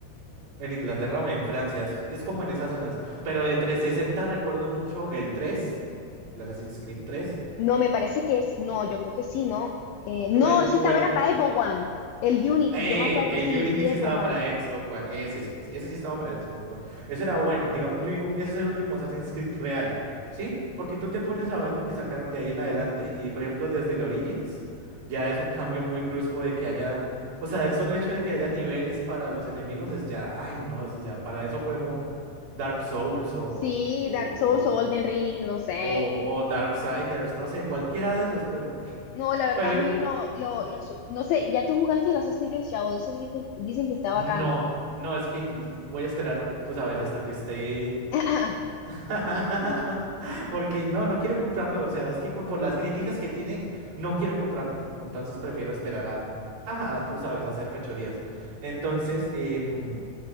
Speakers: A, on the right; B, on the left.
A: en Inglaterra o en Francia, es, es como en esas zonas. Pero de 360 recuerdo mucho el tres el Assassin's Creed 3
B: No, me parece que es, no, yo creo que sí, no. Eh, no,
A: o el,
B: ese
A: o
B: estaba
A: el
B: era para Xbox One, el Unity,
A: Eh,
B: yo me acuerdo,
A: el
B: sí,
A: Unity
B: sí,
A: sí
B: Xbox
A: estaba para
B: One.
A: Xbox One. Ese sí, ese, ese sí estaba para Xbox One. Ese era bueno. Digamos, yo digo, ese es el último Assassin's Creed real, ¿sí? Porque tú te pones a ver lo que sacaron de ahí en adelante y, por ejemplo, desde el Origins, ya es un cambio muy brusco de que haya, o sea, el solo hecho de que haya niveles para los enemigos es ya, ay, no, es- o sea, para eso juego Dark Souls o,
B: Sí,
A: o,
B: Dark
A: o,
B: Souls o Golden Ring, no sé.
A: o, o Darksiders, no sé, cualquiera de esos, pero...
B: No, la verdad
A: Pero
B: a mí lo, lo, los- no sé, ya tú jugaste el Assassin's Creed Shadow, ese di- que- dicen que está
A: No,
B: bacano.
A: no, es que voy a esperar, pues, a veces hasta que esté.
B: <laughs>
A: <laughs> Porque no, no quiero comprarlo. O sea, es que por, por las críticas que tiene, no quiero comprarlo. Entonces prefiero esperar a. Ajá, tú sabes, a hacer fechorías. Entonces, em,